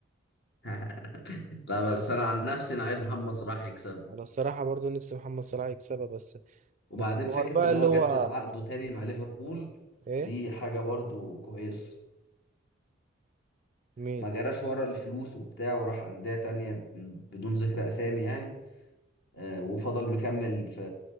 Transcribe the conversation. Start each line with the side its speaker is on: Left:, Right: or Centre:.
Left: <laughs> لا بس انا عن نفسي انا عايز محمد صلاح يكسب
Right: انا الصراحة برضو نفسي محمد صلاح يكسبها بس
Left: وبعدين
Right: بس الحوار
Left: فكرة
Right: بقى
Left: ان
Right: اللي
Left: هو
Right: هو
Left: جدد عقده تاني مع ليفربول
Right: ايه
Left: دي حاجة برضو كويس
Right: مين
Left: ما جراش ورا الفلوس وبتاع وراح أندية تانية بدون ذكر أسامي يعني آه، وفضل مكمل في